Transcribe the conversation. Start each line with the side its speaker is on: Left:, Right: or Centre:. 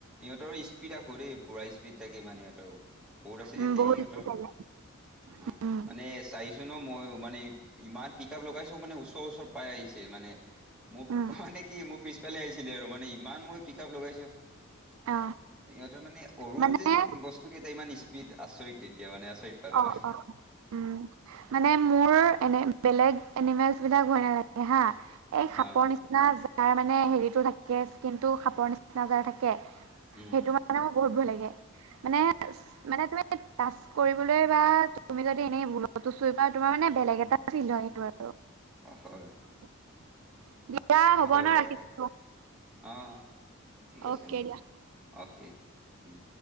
Centre: ইহঁতৰ স্পীডা ভৰি পুৰা স্পীড থাকে মানে ইহঁতৰ বহুত আছে
Right: উম
Centre: যে
Right: বহুত
Centre: ইহতৰ
Right: ইচ্ছা লাগে।
Centre: অ
Right: উম
Centre: মানে চাইছো ন মইও মানে ইমান পিক আপ লগাইছো মানে ওচৰ ওচৰ পাই আহিছে মানে মোক
Right: উম
Centre: মানে কি মোৰ পিছফালে আহিছিলে আৰু মানে ইমান মই পিক আপ লগাইছো
Right: অ
Centre: ইহঁতৰ মানে অৰু
Right: মানে
Centre: যেন বস্তু কেইটা ইমান স্পীড আচৰিত তেতিয়া মানে আচৰিত পালো
Right: অ
Centre: মই
Right: অ উম মানে মোৰ এনে বেলেগ এনিমেলচ বিলাক ভয় নালাগে হা এই
Centre: হা
Right: সাপৰ নিচিনা য তাৰ মানে হেৰিটো থাকে স্কিনটো সাপৰ নিচিনা যাৰ থাকে
Centre: উম
Right: সেইটো মান মানে মোৰ বহুত ভয় লাগে মানে মানে তুমি- তাচ কৰিবলৈ বা তুমি যদি এনেই ভুলটো চুই পায় তোমাৰ মানে বেলেগ এটা আছিল হয় সেইটো আৰু
Centre: হয়।
Right: <unintelligible> দিয়া হ'ব
Centre: হয়
Right: ন
Centre: বাৰু
Right: ৰাখিছো
Centre: অ ঠিক আছে
Right: অকে
Centre: নহ'লে
Right: দিয়া।
Centre: অকে উম।